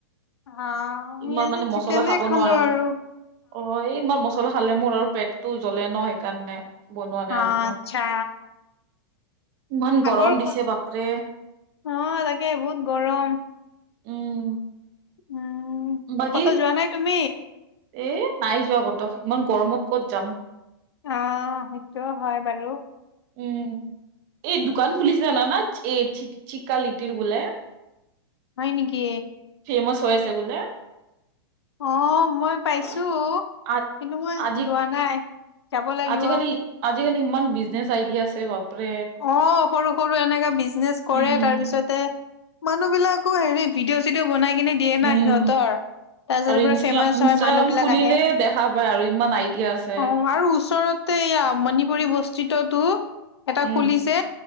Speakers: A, on the left (about 85°); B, on the right (about 45°).
A: আমি
B: ইমান
A: আজি
B: মানে মচলা
A: চিকেনে
B: খাব
A: খালো
B: নোৱাৰো
A: আৰু।
B: অ এই ইমান মচলা লা খালে মোৰ আৰু পেট টো জ্বলে ন সেইকাৰণে। বনোৱা নাই
A: অ
B: আজি মই।
A: আচ্ছা।
B: ইমান
A: আগৰ
B: গৰম দিছে।
A: ক'ত
B: বাপৰে।
A: অ তাকে বহুত গৰম।
B: উম।
A: উম
B: বাকী
A: কটো যোৱা নাই তুমি?
B: এ নাই যোৱা কটো ইমান গৰমত ক'ত যাম।
A: আহ সেইটো হয় বাৰু।
B: উম, এই দোকান খুলিছে জানা না এ এচিকা লিটিৰ বোলে।
A: হয় নেকি?
B: ফেমছ হৈ আছে বোলে।
A: অ মই পাইছো
B: আহ, আ-
A: কিন্তু মই
B: আজি
A: যোৱা নাই। যাব লাগিব।
B: আজিকালি আজিকালি ইমান বিজনেছ আইডিয়া আছে বাপৰে।
A: অ সৰু সৰু এনেকাে বিজনেচ কৰে
B: উম।
A: তাৰপিছতে মানুহ বিলাকো হেৰি ভিডিঅ' চিডিঅও বনাই কিনে দিয়ে
B: উম,
A: নাই সিহঁতৰ তাৰ পিছতে
B: আৰু
A: পুৰা
B: ইনষ্টা
A: ফেমাচ
B: ইনষ্টাগ্ৰাম
A: হয় মানুহ বিলাক
B: খুলিলে
A: আহে
B: দেখা পায় আৰু ইমান আইডিয়া আছে।
A: অ আৰু ওচৰত তে মণিপুৰী বস্তিততো এটা
B: উম,
A: খুলিছে